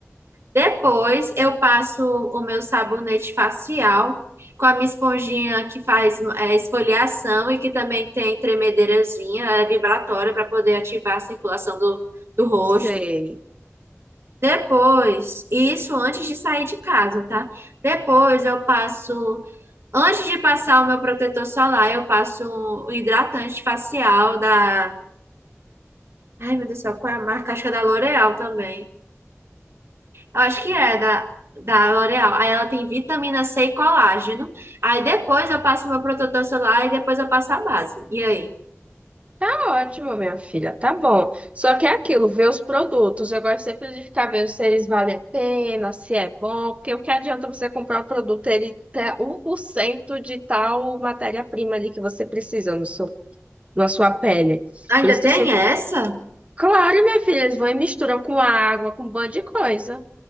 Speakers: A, on the right (about 60°); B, on the right (about 25°).
A: Depois eu passo o meu sabonete facial com a minha esponjinha que faz é, esfoliação e que também tem tremedeirazinha, é vibratória para poder ativar a circulação do, do rosto.
B: Sei.
A: Depois, isso antes de sair de casa, tá? Depois eu passo, antes de passar o meu protetor solar, eu passo um hidratante facial da, ai meu Deus do céu, qual é a marca? Acho que é da L'Oréal também. Eu acho que é da, da L'Oreal. Aí ela tem vitamina C e colágeno. Aí depois eu passo meu protetor solar e depois eu passo a base. E aí?
B: Tá ótimo, minha filha. Tá bom. Só que é aquilo, ver os produtos. Eu gosto sempre de ficar vendo se eles valem a pena, se é bom, porque o que adianta você comprar um produto, ele ter um por cento de tal matéria-prima ali que você precisa no seu na sua pele.
A: Ainda
B: Por isso
A: tem
B: que eu sempre.
A: essa?
B: Claro, minha filha, eles vão e misturam com água, com um bando de coisa.